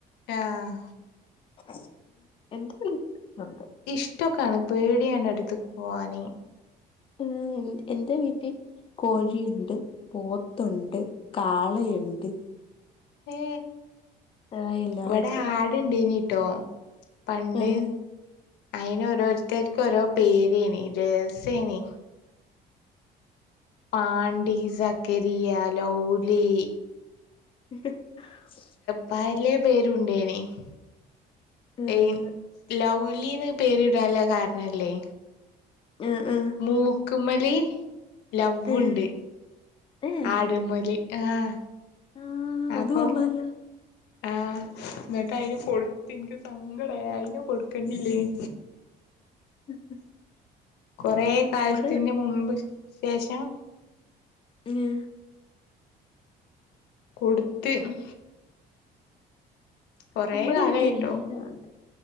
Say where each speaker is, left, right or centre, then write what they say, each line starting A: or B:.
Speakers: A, on the left; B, on the left.
A: ആഹ്
B: ഹ് എന്റെ വീട്ടിലുണ്ട്
A: ഇഷ്ട്ടോക്കാണ് പേടിയാ അയിന്റെ അടുത്ക്ക് പോകാന്
B: മ്മ് എന്റെ വീട്ടി കോഴി ൻണ്ട് പോത്തുണ്ട് കാളയുണ്ട്
A: ഏ
B: ആഹ് എല്ലാം
A: ഇവിട
B: ഉണ്ട്
A: ആട് ണ്ടെന്നിട്ടോ പണ്ട്
B: ആഹ്
A: അയിന് ഓരോരുത്തർക്ക് ഓരോ പേരേനി രസേനി പാണ്ടി സക്കരിയ ലൗലി
B: <inaudible>
A: പല പേരുണ്ടേനി <unintelligible>
B: ഏഹ്
A: ലൗലിന്ന് പേരിടാൻ ള്ള കാരണല്ലേ
B: ആഹ് ആഹ്
A: മൂക്കുമല് ലവുണ്ട്
B: ഏഹ് ഏഹ്
A: ആടുമല് ആഹ്
B: ആഹ്
A: അപ്പം
B: അത് കൊള്ളാല്ലോ <inaudible>
A: ആഹ് എന്നിട്ട് അയിന് കൊടുത്ത് ഇനിക്ക് സങ്കടായി അയിനെ കൊടുക്കണ്ട്ല്ലേയി
B: <inaudible>
A: കൊറേ കാലത്തിന്റെ
B: നമ്മടെ
A: മുമ്പ് ശേഷം
B: മ്മ്
A: കൊടുത്ത് ആഹ് കൊറേ
B: നമ്മടെ
A: കാലായിട്ടോ
B: വീട്ടി എല്ലാഒണ്ട്